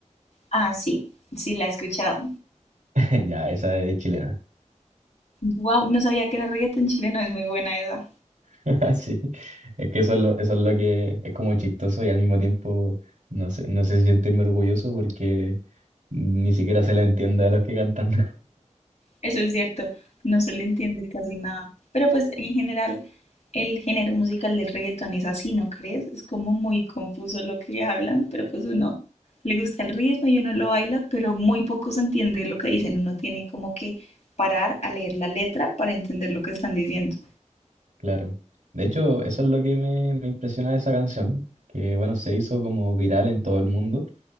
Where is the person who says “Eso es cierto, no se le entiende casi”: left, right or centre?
Left